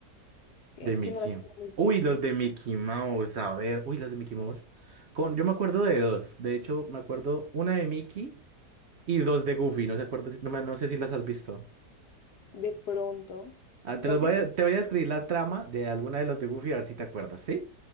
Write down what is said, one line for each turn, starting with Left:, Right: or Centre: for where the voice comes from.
Left: Es
Right: De Mickey.
Left: que no las tengo muy
Right: Uy,
Left: presente.
Right: los de Mickey Mouse, a ver, uy, las de Mickey Mouse. Con, yo me acuerdo de dos, de hecho, me acuerdo una de Mickey y dos de Goofy, no, se acuerda- no, me- no sé si las has visto.
Left: De pronto,
Right: Ah, te
Left: creo
Right: los
Left: que
Right: voy
Left: sí.
Right: a, te voy a describir la trama de alguna de las de Goofy, a ver si te acuerdas, ¿sí?